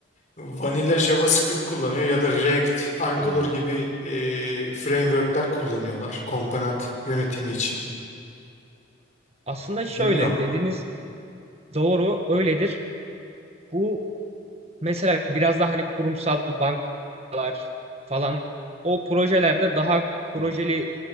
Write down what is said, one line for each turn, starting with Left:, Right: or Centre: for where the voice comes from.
Left: Vanilla JavaScript kullanıyor ya da React, Angular
Right: Hmm.
Left: gibi e, frameworkler kullanıyorlar komponent yönetimi için.
Right: Aslında şöyle
Left: Bilmiyorum.
Right: dediniz doğru öyledir. Bu Mesela biraz daha hani kurumsal bankalar falan o projelerde daha projeli